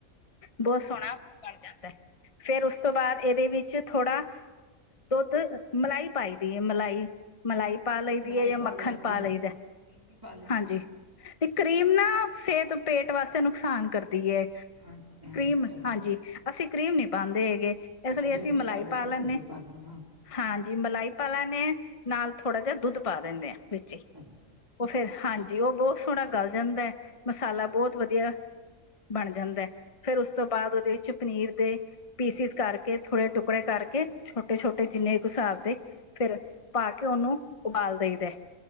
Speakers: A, on the left (about 30°); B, on the right (about 15°).
A: ਬਹੁਤ ਸੋਹਣਾ ਬਣ ਜਾਂਦਾ ਹੈ, ਫੇਰ ਉਸ ਤੋਂ ਬਾਅਦ ਇਹਦੇ ਵਿੱਚ ਥੋੜ੍ਹਾ, ਦੁੱਧ ਮਲਾਈ ਪਾਈ ਦੀ ਹੈ ਮਲਾਈ, ਮਲਾਈ ਪਾ ਲਈ ਦੀ
B: ਮਲਾਈ
A: ਹੈ, ਜਾਂ ਮੱਖਣ
B: ਲੋ ਕਰੀਮ
A: ਪਾ ਲਈਦਾ
B: ਕਰੀਮ ਵੀ ਪਾ ਲੈਂਦੇ
A: ਹਾਂਜੀ। ਤੇ ਕਰੀਮ ਨਾ ਸਿਹਤ ਪੇਟ ਵਾਸਤੇ ਨੁਕਸਾਨ ਕਰਦੀ ਏ
B: ਅੱਛਾ
A: ਕਰੀਮ
B: ਚਲੋ
A: ਹਾਂਜੀ ਅਸੀਂ ਕਰੀਮ ਨੀ ਪਾਦੇ ਹੈਗੇ
B: ਅੱਛਾ
A: ਇਸ ਲਈ
B: ਦੁੱਧ
A: ਅਸੀਂ ਮਲਾਈ
B: ਹੀ ਲੋ
A: ਪਾ
B: ਚਲੋ
A: ਲੈਂਦੇ,
B: ਦੁੱਧ ਹੀ ਪਾ ਲੂੰਗਾ
A: ਹਾਂਜੀ ਮਲਾਈ ਪਾ ਲੈਂਦੇ ਹਾਂ ਨਾਲ ਥੋੜ੍ਹਾ ਜਿਹਾ ਦੁੱਧ ਪਾ ਦਿੰਦੇ ਆਾਂ ਵਿੱਚ ਹੀ,
B: ਅੱਛਾ,
A: ਉਹ ਫੇਿਰ ਹਾਂਜੀ ਉਹ ਬਹੁਤ ਸੋਹਣਾ ਗਲ ਜਾਂਦਾ ਹੈ, ਮਸਾਲਾ ਬਹੁਤ ਵਧੀਆ। ਬਣ ਜਾਂਦਾ ਹੈ, ਫੇਰ ਉਸ ਤੋਂ ਬਾਅਦ ਉਹਦੇ ਵਿੱਚ ਪਨੀਰ ਦੇ, ਪੀਸਿਸ ਕਰਕੇ ਥੋੜੇ ਟੁਕੜੇ ਕਰਕੇ ਛੋਟੇ ਛੋਟੇ ਜਿੰਨੇ ਕੁ ਹਿਸਾਬ ਦੇ, ਫੇਰ ਪਾ ਕੇ ਉਹਨੂੰ ਉਬਾਲ ਦੇਈ ਦ